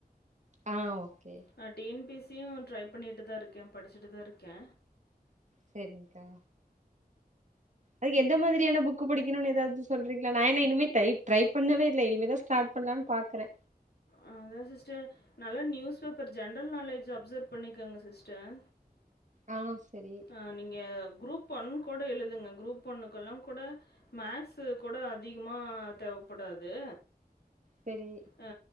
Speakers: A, on the right (about 50°); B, on the left (about 85°).
A: அ ஓகே
B: நா T N P S C யு ட்ரைப் பண்ணிட்டுதா இருக்கே படிச்சுட்டுதா இருக்கே
A: சேரி்ங்க்கா அதுக்கெந்த மாதிரியான புக்கு படிக்கணுன் ஏதாவுது சொல்றீங்களா நா ஏனா இனிமே டைப் ட்ரைப் பண்ணவே இல்ல இனிமேதா ஸ் ஸ்டாட் பண்லான் பாக்றே
B: அதா சிஸ்டர் நல்லா news paper general knowledge observe பண்ணிக்கங்க சிஸ்டர்
A: அ செரி
B: அ நீங்க குரூப் ஒன் கூட எழுதுங்க குரூப் ஒன்னுக்கெல்லாங்கூட மேக்ஸ்ஸு கூட அதிகமா தேவப்படாது
A: செரி
B: அ